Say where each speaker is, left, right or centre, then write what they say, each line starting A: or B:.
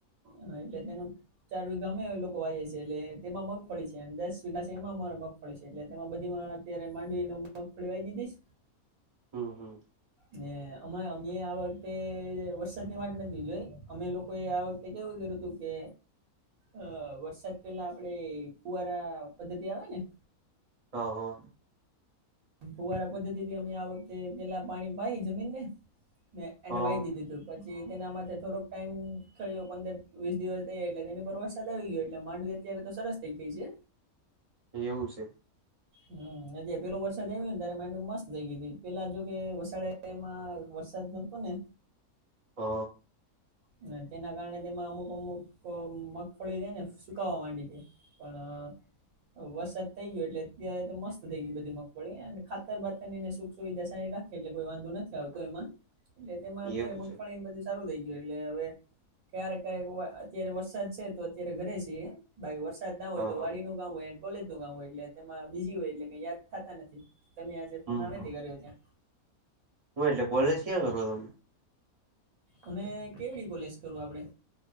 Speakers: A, on the right; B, on the right.
A: હા એટલે <unintelligible> ચાર વીઘા અમે લોકો વાઈએ છીએ એટલે તેમાં મગફળી છે દસ વીઘા છે એમાં અ પડે છે એટલે તેમાં બધીમાં અત્યારે માંડવીનો મગફળી વાઈ દીધીશ.
B: હમ્મ હમ્મ.
A: ને અમા અમે આ વખતે વરસાદની વાત નથી જોય અમે લોકો એ આ એ કેવું કર્યું હતું કે અ વરસાદ પેલા આપણે કુવારા પદ્ધતિ આવે ને
B: હ હો.
A: ફુવારા પદ્ધતિથી અમે આ વખતે પેલા પાણી પાય જમીનને ને
B: હા
A: એને વાય દીધું તું પછી તેના માટે થોડોક ટાઈમ થયો પંદર વીસ દિવસ થઈ એટલે તેની પર વરસાદ આવી ગયો એટલે માંડવી અત્યારે તો સરસ થઇ ગઈ છે.
B: એવું છે.
A: હમ અત્યારે પેલો વરસાદ આવ્યોને ત મસ્ત થઈ ગય પેલા જો કે વસાડે એમાં વરસાદ નોતો ને
B: પો
A: અને તેના કારણે તેમાં અમુક અમુક મગફળી હેને સુકાવા માંડી તી પણ અ વરસાદ થઈ ગયા એટલે અત્યારે તો મસ્ત થઈ ગીઈ બધી મગફળી અને ખાતર બાતરને સુખ સુવિધા સારી રાખ એટલે કોઈ વાંધો નથી આવતો એમાં એટલે તેમાં અત્યારે
B: એવું
A: મગફળીને
B: છે
A: બધી સારું થઈ ગયું હે. એટલે હવે ક્યારેક ક્યારેક અત્યારે વરસાદ છે તો અત્યારે ઘરે છીએ. બાકી વરસાદ ના હોય
B: હા
A: તો
B: હા
A: વાડીનું કામ હોય કોલેજનું કામ હોય એટલે તેમાં બીઝી હોય એટલે કઈ યાદ થાતા નથી. તમે આજે
B: હમ
A: ફોન હામેથી
B: હમ
A: કર્યો ત્યાં.
B: હું એટલે કોલેજ કિયા કરો તમે.
A: અમે કેવડી કોલેજ કરું આપણે.